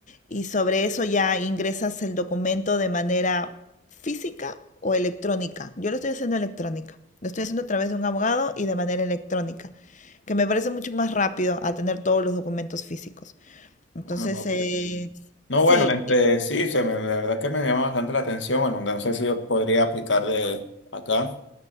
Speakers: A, on the left; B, on the left.
A: y sobre eso ya ingresas el documento de manera física o electrónica. Yo lo estoy haciendo electrónica, lo estoy haciendo a través de un abogado y de manera electrónica, que me parece mucho más rápido a tener todos los documentos físicos. Entonces,
B: Ah, ok.
A: eh,
B: No,
A: sí,
B: bueno, este, sí, se me- la verdad que me llama bastante la atención, bueno, no sé si yo podría aplicar de acá